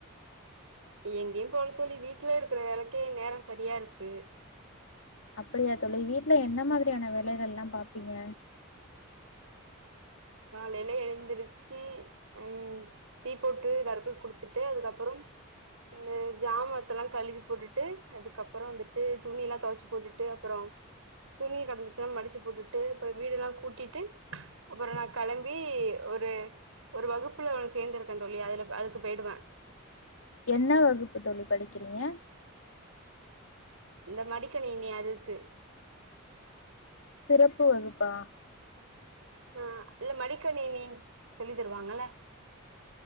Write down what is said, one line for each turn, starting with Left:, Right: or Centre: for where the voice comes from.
Right: எங்கேயு போல தோழி வீட்ல இருக்கிற வேலைக்கே நேரோ சரியா இருக்கு
Left: அப்படியா தோழி வீட்ல என்ன மாதிரியான வேலைகள்லா பாப்பீங்க
Right: காலையில எழுந்திருச்சி ம் தீ போட்டு தர்புல் குடுத்துட்டு அதுக்கப்புறம் இந்த ஜாமத்தெல்லா கழுவி போட்டுட்டு அதுக்கப்புறோ வந்துட்டு துணியல்லா தொவச்சி போட்டுட்டு அப்பறோ துணி கிடந்துச்சுனா மடிச்சி போட்டுட்டு போய் வீடெல்லா கூட்டிட்டு அப்பற களம்பி ஒரு ஒரு வகுப்புல சேந்திருக்கே தோழி அதுல அதுக்கு போயிடுவே
Left: என்ன வகுப்பு தோழி படிக்கிறீங்க
Right: இந்த மடிக்கணினி அதுக்கு
Left: சிறப்பு வகுப்பா
Right: ஆ இல்ல மடிக்கணினி சொல்லி தருவாங்கல்ல